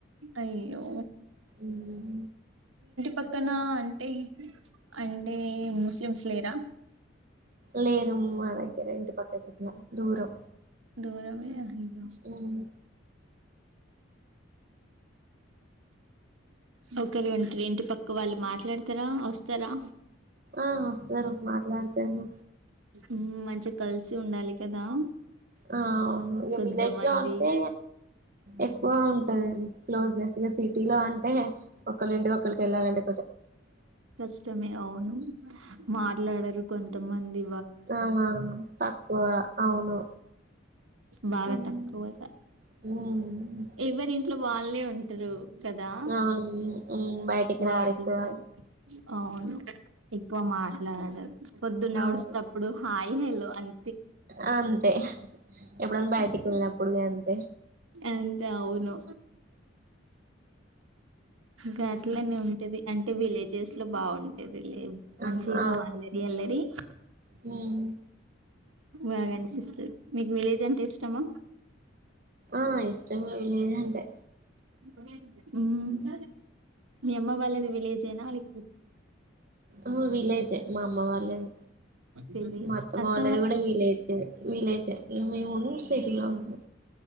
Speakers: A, on the right (about 80°); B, on the right (about 45°).
A: అయ్యయో
B: ఉమ్
A: పక్కన అంటే అంటే ముస్లిమ్స్ లేరా
B: లేరు మా దగ్గర ఇంటి పక్క కట్ల దూరం
A: దోరవ అయ్యో
B: ఉమ్,
A: ఒకరు ఉంటరు ఇంటి పక్క వాళ్ళు మాట్లాడతారా వస్తారా
B: ఆ వస్తారు మాట్లాడుత తరు
A: ఉమ్ మంచిగా కలిసి ఉండాలి కదా
B: అ అవును ఇక
A: కొంతమంది
B: విలేజ్ లో అంటే ఎక్కువ ఉంటది క్లోజ్నెస్ ఇక సిటీ లో అంటే ఒక్కళ్ళింటికి ఒక్కళ్లు వెళ్ళాలంటె
A: కష్టమే అవును మాట్లాడరు కొంత మంది
B: ల లా ఆ తక్కువ అవును
A: బాగా
B: హ్మ్.
A: తక్కువగా
B: హ్మ్.
A: ఎవరిమ్ ఇట్లు వాళ్ళే ఉంటారు కదా
B: అవును హ్మ్. బయటికి
A: మాట్లాడ
B: రారు ఎక్కువ
A: అవును ఎక్కువ మాట్లాడదు పొద్దు నడుసటప్పుడు
B: అవును
A: హాయ్ ఈ హఆమ్
B: అంతే ఎప్పుడైనా బయటికి వెళ్ళినప్పుడుగా అంతే
A: అంతే అవును గట్ అట్లనే ఉంటది అంటే విలేజ్ చేస్ లో బాగుంటేది మంచి
B: ఆ అవును
A: అల్లరి అల్లరి
B: హ్మ్.
A: బాగా సర్ మీకు విలేజ్ అంటే ఇష్టమా
B: ఆ ఇష్టమే విలేజ్ అంటే
A: విలేజ్ ఆ ఉమ్మ్
B: హ్మ్.
A: మీ అమ్మ వాళ్ళది విలేజ్ ఆ లేక
B: ఆ విలేజే మా అమ్మ వాళ్ళది
A: విలేజ్
B: మా అత్తమ్మ
A: అత్త
B: వాళ్ళది కూడా విలేజ్ ఏ విలేజే ఇమే ఒన్ స ఇలా ఉన్నా